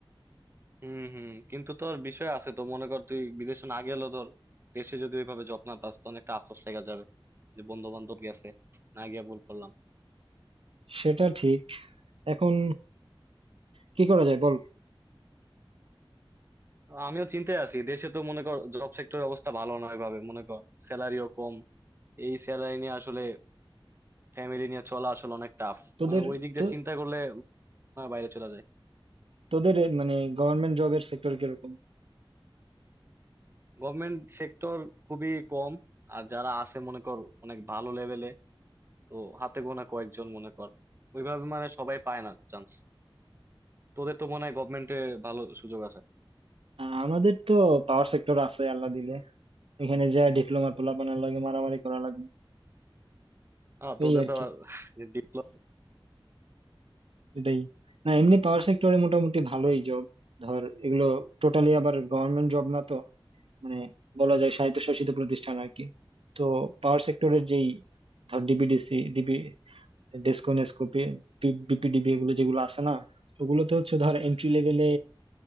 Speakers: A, on the right (about 25°); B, on the right (about 90°).
A: হুম হুম কিন্তু তোর বিষয় আছে তো মনে কর তুই বিদেশে না গেলেও তোর দেশে যদি ওইভাবে জব না পাস তখন একটা আফসোস থেকে যাবে যে বন্ধু বান্ধব গেছে না গিয়ে ভুল করলাম
B: সেটা ঠিক এখন কি করা যায় বল
A: আমিও চিন্তায় আছি দেশে তো মনে কর জব সেক্টরের অবস্থা ভালো নয় ভাবে মনে কর স্যালারিও কম এই স্যালারি নিয়ে আসলে ফ্যামিলি নিয়ে চলা আসলে অনেক টাফ
B: তোদের
A: মানে ওই দিক দিয়ে
B: তো
A: চিন্তা করলে মনে হয় বাইরে চলে যায়
B: তোদের এ মানে গভর্নমেন্ট জবের সেক্টর কিরকম
A: গভর্নমেন্ট সেক্টর খুবই কম আর যারা আছে মনে কর অনেক ভালো লেভেলে তো হাতে গোনা কয়েকজন মনে কর ওইভাবে মানে সবাই পায় না চান্স তোদের তো মনে হয় গভর্নমেন্টে ভালো সুযোগ আছে
B: আর আমাদের তো পাওয়ার সেক্টর আছে আল্লাহ দিলে এখানে যা ডিপ্লোমা পোলাপানের লাগে মারামারি করা লাগবে
A: হ্যাঁ তোদের
B: এই আর
A: তো
B: কি
A: ডিপ্লোমা
B: এটাই না এমনি পাওয়ার সেক্টরে মোটামুটি ভালোই জব ধর এগুলো টোটালি আবার গভর্নমেন্ট জব না তো মানে বলা যায় স্বায়ত্তশাসিত প্রতিষ্ঠান আর কি তো পাওয়ার সেক্টরের যেই ধর DBDC DB DESCO NESCO BPDB এগুলো যেগুলো আছে না ওগুলোতে হচ্ছে ধর এন্ট্রি লেভেলে